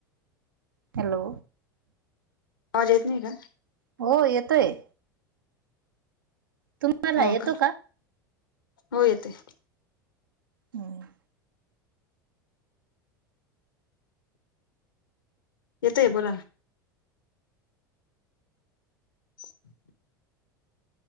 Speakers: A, on the right; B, on the left.
A: हॅलो.
B: आवाज येत नाही का?
A: हो येतोय. तुम्हाला
B: हो
A: येतो
B: का हो येतोय.
A: हम्म.
B: येतोय बोलान. <unintelligible>